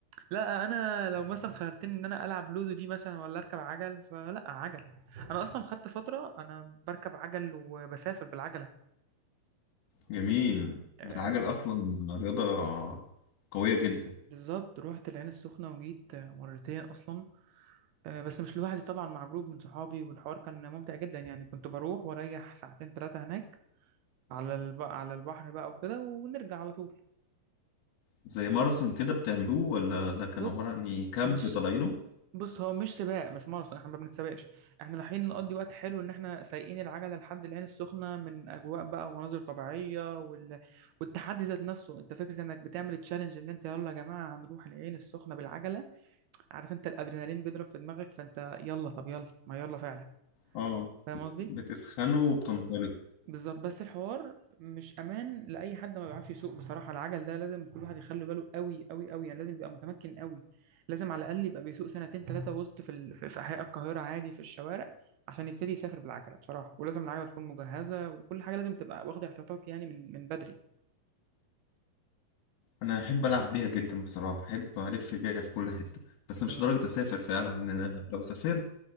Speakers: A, on the right; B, on the left.
A: لا انا لو مثلا خيرتني ان انا العب لودو دي مثلا ولا اركب عجل فلا عجل انا اصلا خدت فتره انا بركب عجل وبسافر بالعجله
B: جميل
A: آه
B: العجل أصلا رياضة قوية جدا
A: بالظبط رحت العين السخنه وجيت آه، مرتين اصلا آه بس مش لوحدي طبعا مع جروب من صحابي والحوار كان ممتع جدا يعني كنت بروح واريح ساعتين ثلاثه هناك على الب... على البحر بقى وكده ونرجع على طول
B: زي ماراثون كده بتعملوه ولا ده كان
A: بص
B: عبارة عن إيه؟ كامب
A: مش
B: طالعينه
A: بص هو مش سباق مش ماراثون احنا ما بنتسابقش احنا رايحين نقضي وقت حلو ان احنا سايقين العجله لحد العين السخنه من اجواء بقى ومناظر طبيعيه وال... والتحدي ذات نفسه انت فكره انك بتعمل تشالنج ان انت يلا يا جماعه هنروح العين السخنه بالعجله عارف انت الادرينالين بيضرب في دماغك فانت يلا طب يلا ما يلا فعلا
B: اه
A: فاهم قصدي
B: بتسخنوا وبتنطلق
A: بالظبط بس الحوار مش امان لاي حد ما بيعرفش يسوق بصراحه العجل ده لازم كل واحد يخلي باله قوي قوي قوي يعني لازم يبقى متمكن قوي لازم على الاقل يبقى بيسوق سنتين ثلاثه وسط في ال... في في احياء القاهره عادي في الشوارع عشان يبتدي يسافر بالعجله بصراحه ولازم العجله تكون مجهزه وكل حاجه لازم تبقى واخد احتياطاتك يعني من من بدري
B: أنا أحب ألعب بيها جدا بصراحة أحب ألف بيها في كل حتة بس مش
A: بالظبط
B: لدرجة أسافر فعلا إن أنا لو سافرت